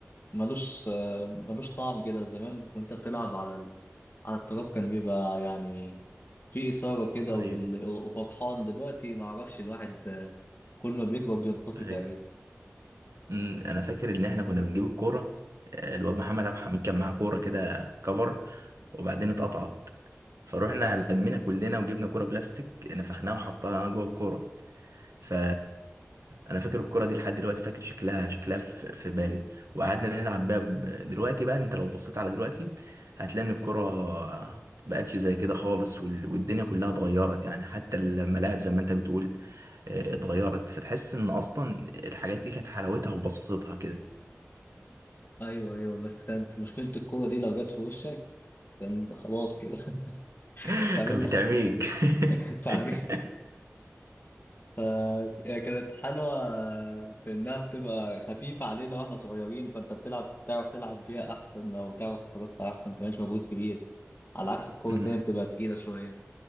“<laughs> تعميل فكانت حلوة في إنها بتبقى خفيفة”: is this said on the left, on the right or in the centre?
Left